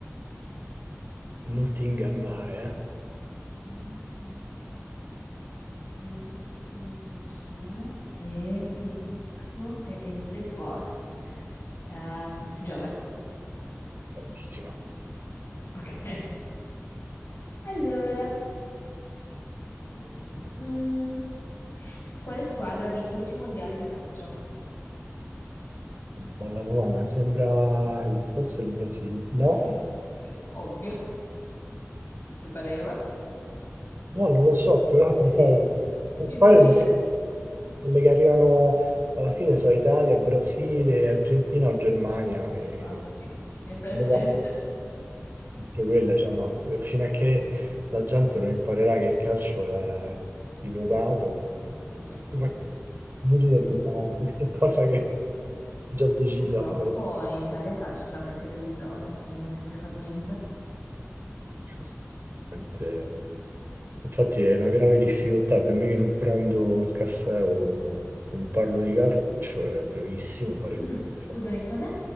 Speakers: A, on the right; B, on the left.
A: Non ti ingannare, eh.
B: No, mm, mm. mi aiuto con la mitologia e ti dico che è il Big Boss. Ehm, Giove.
A: Bravissima.
B: Ok. Allora, mm, mm, mm, mm. quale squadra ha vinto più mondiali di calcio?
A: Bella domanda, mi sembra forse il Brasile. No,
B: Sì, sì, ovvio, ti pareva?
A: No, non lo so, però
B: Sì, sì,
A: so- le
B: il
A: squadre
B: Brasile.
A: sono quelle che arrivano alla fine sono Italia, Brasile, Argentina o Germania e
B: Infatti. Sempre
A: le
B: le stesse.
A: guardo sempre quella, cioè, ma se- fino a che la gente non imparerà che il calcio è pilotato,
B: Mm, mm, mm, mm. mm.
A: è inutile tifare, <laughs> è qualcosa che già decisa.
B: Purtroppo
A: Eh,
B: in Italia il calcio è veramente religione, quindi non ci puoi fare niente.
A: giustamente. Infatti è una grave difficoltà per me che non prendo il caffè o non parlo di calcio, è gravissimo fare
B: <clears throat>
A: pubblica.
B: Scusami, cos'è?